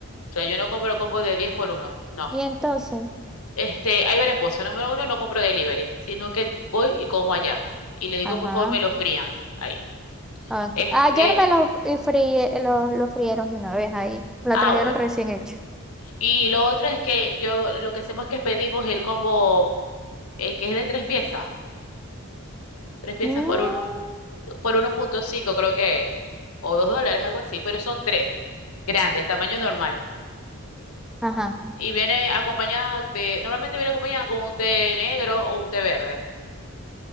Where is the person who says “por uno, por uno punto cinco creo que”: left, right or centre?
Left